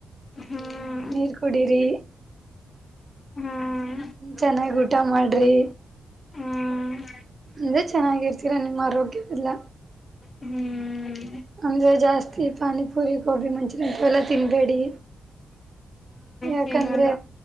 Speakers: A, on the left; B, on the right.
A: ಹ್ಮ್
B: ನೀರ್ ಕುಡರಿ
A: ಹ್ಮ್
B: ಚೆನ್ನಾಗ ಊಟ ಮಾಡ್ರಿ
A: ಹ್ಮ್
B: ಈದೆ ಚೆನ್ನಾಗಿರ್ತೀರಾ ನಿಮ್ಮ ಆರೋಗ್ಯಕೆಲ್ಲ
A: ಹ್ಮ್
B: ಹಂಗೆ ಜಾಸ್ತಿ ಪಾನಿಪುರಿ ಗೋಬಿ ಮಂಚೂ ಹಿಂತವ್ ಯೆಲ ತಿನ್ಬೇಡಿ ಯಾಕಂದ್ರೆ
A: ತಿನ್ನಲ್ಲ